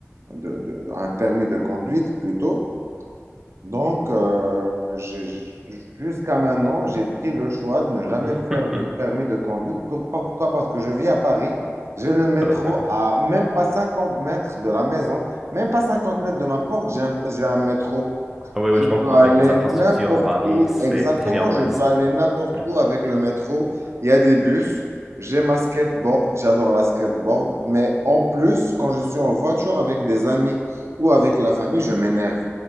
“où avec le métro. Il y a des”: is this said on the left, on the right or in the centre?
Right